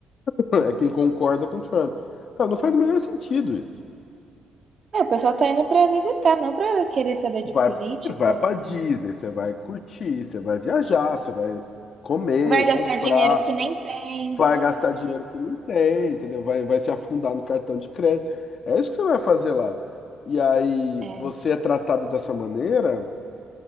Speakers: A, on the left; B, on the right.
A: <laughs> é quem concorda com o Trump. Tá, não faz o menor sentido isso.
B: É, o pessoal tá indo para visitar, não para querer saber
A: Vai,
B: de política.
A: vai para
B: não.
A: Disney, você vai curtir, você vai viajar, você vai comer,
B: Vai gastar
A: comprar,
B: dinheiro que nem tem.
A: vai gastar dinheiro que não tem, entendeu? Vai, vai se afundar no cartão de crédito. É isso que você vai fazer lá. E aí
B: É.
A: você é tratado dessa maneira,